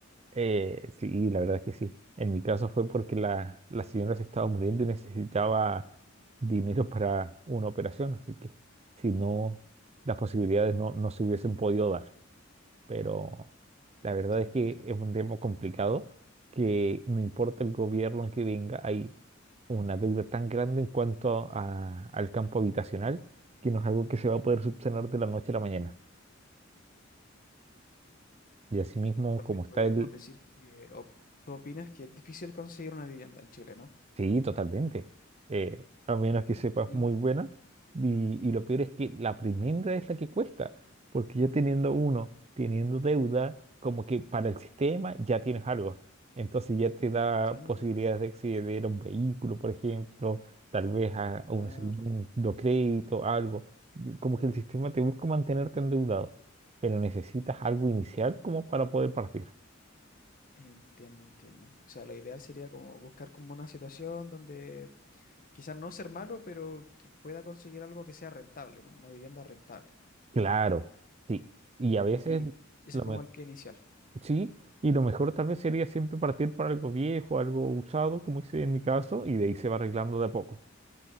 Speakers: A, on the right; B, on the left.
A: Eh, sí, la verdad es que sí. En mi caso fue porque la, la señora se estaba muriendo y necesitaba dinero para una operación, así que si no, las posibilidades no, no se hubiesen podido dar. Pero la
B: Entiendo,
A: verdad es que
B: entiendo.
A: es un tema complicado que no importa el gobierno que venga, hay una deuda tan grande en cuanto a- al campo habitacional que no es algo que se va a poder subsanar de la noche a la mañana. Y asimismo,
B: Vale,
A: como está
B: Podríamos
A: el,
B: decir que o- tú opinas que es difícil conseguir una vivienda en Chile, ¿no?
A: Sí, totalmente. Eh, a menos que sepas
B: Y
A: muy buena. Y, y lo peor es que la primera es la que cuesta, porque ya teniendo uno, teniendo deuda, como que para el sistema ya tienes algo. Entonces ya te da
B: entiendo,
A: posibilidades de acceder a un vehículo, por ejemplo, tal vez a, a
B: claro,
A: un segundo crédito, algo. Como que el sistema te busca mantenerte endeudado, pero necesitas algo inicial como para poder partir.
B: entiendo, entiendo. O sea, lo ideal sería como buscar como una situación donde quizás no ser malo, pero que pueda conseguir algo que sea rentable, ¿no? Una vivienda rentable.
A: Claro, sí. Y a veces...
B: Y ese
A: Lo,
B: es como
A: me-
B: el pie inicial.
A: Sí, y lo mejor tal vez sería siempre partir para algo viejo, algo usado, como hice en mi caso, y de ahí se va arreglando de a poco.